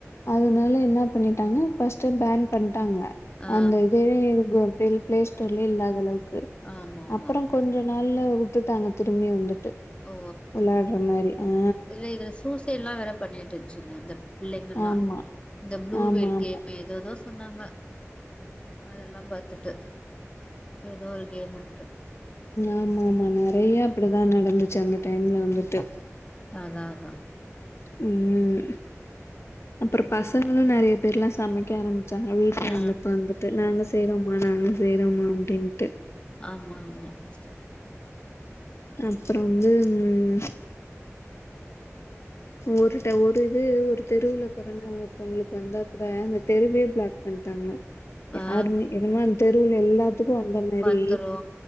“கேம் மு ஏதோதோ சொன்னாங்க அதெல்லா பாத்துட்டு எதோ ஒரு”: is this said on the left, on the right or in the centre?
Left